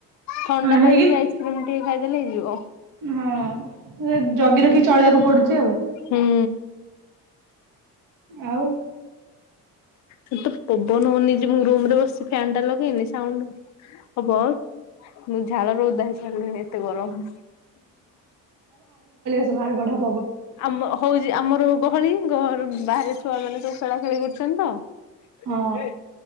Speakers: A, on the left; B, on the right.
A: ଥଣ୍ଡା
B: ହେଇକି
A: ପାଣି କି ଆଇସ୍କ୍ରିମ ଟିକେ ଖାଇ ଏଲେ ହେ ଯିବ।
B: ହଁ ସେ ଜଗି ରଖି ଚଳେଇବାକୁ ପଡୁଛି
A: ହୁଁ
B: ଆଉ।
A: ସେ ତ ମନ ହୋଉନି ଯେ ମୁଁ ରୁମ୍ ରେ ବ ଫ୍ୟାନ୍ ଟା ଲଗେଇନି ସାଉଣ୍ଡ ହବ। ମୁଁ ଝାଳରେ ଓଦା ହେଇ ସାରିଲିଣିି ଏତେ ଗରମ।
B: ତୁମାର ବଡ
A: ଆମ ହଉଛି ଆମର ଗହଳି ଘହର ବାହାରେ ଛୁଆ ମାନେ ଯୋଉ ଖେଳା ଖେଳି କରୁଛନ୍ତି ତ।
B: ହଁ।
A: ଏ।